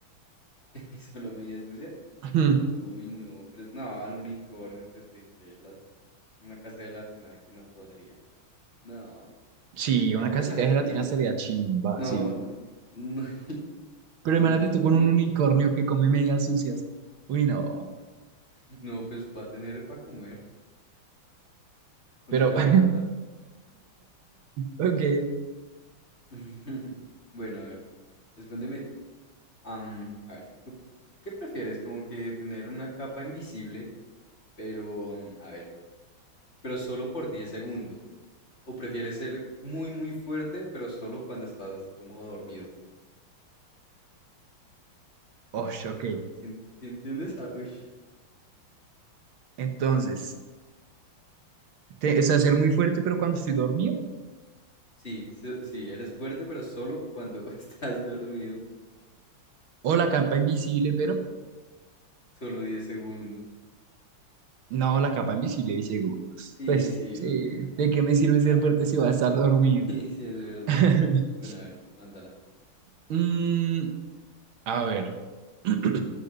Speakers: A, on the left (about 30°); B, on the right (about 75°).
A: <laughs> solo medias sucias.
B: <laughs> Ujú.
A: Uy, no, pero es- no, el unicornio, pero es que, que las, una casa de gelatina que no podría. No,
B: Sí,
A: no,
B: una casita
A: pues la gelatina,
B: de gelatina sería
A: la gelatina.
B: chimba,
A: No,
B: sí.
A: no, no. <laughs>
B: Pero
A: Bueno,
B: imagínate
A: no,
B: tú
A: a ver,
B: con
A: dime
B: un
A: tú.
B: unicornio que come medias sucias. Uy, no.
A: <laughs> No, pues va a tener para comer. Eso
B: Pero,
A: no le
B: <laughs>
A: va a faltar.
B: ok,
A: <laughs> Bueno, a ver, respóndeme tú. Am, a ver, ¿tú qué prefieres? Como que tener una capa invisible, pero, mm, a ver, pero solo por 10 segundos. ¿O prefieres ser muy, muy fuerte, pero solo cuando estás como dormido?
B: osh ok.
A: ¿Sí, en- sí entiendes? Ah, uish.
B: Entonces. te- o sea, ser muy fuerte, pero cuando estoy dormido.
A: Sí, sí, sí, eres fuerte, pero solo cuando <laughs> estás dormido.
B: O la capa invisible, pero
A: Solo 10 segundos.
B: no, la capa invisible de segundos.
A: Sí,
B: Pues,
A: sí,
B: sí,
A: no tiene tanto
B: ¿de qué me
A: sentido,
B: sirve ser
A: la verdad.
B: fuerte si voy a estar dormido?
A: <laughs> Sí, sí, es verdad.
B: <laughs>
A: Bueno, a ver, mándala.
B: Mm, a ver, <clears throat>